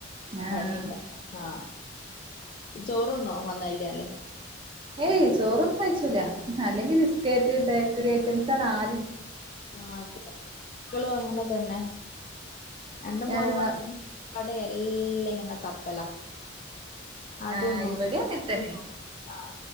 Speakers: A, on the right; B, on the left.
A: ആഹ്
B: പണിണ്ടല്ലോ ഹാ ചോറ്ന്നോ വന്നല് ഞ്ഞാല്
A: ഏയ് ചോറൊന്നും കഴിച്ചൂല അല്ലെങ്കി ബിസ്ക്കേറ്റ് ബേക്കറി ഐറ്റംസാണ് ആ
B: ആഹ് അതെ <inaudible> ളും അങ്ങനെ തന്നെ രണ്ട് മോന്
A: ഏഹ്
B: വന്നാ പടയ എല്ല ഇങ്ങനെ തപ്പലാ അതും
A: ആഹ്
B: നോക്കി
A: ഇവിടേം അങ്ങനെ
B: ഇതും
A: തന്നെ
B: നോക്കി ആ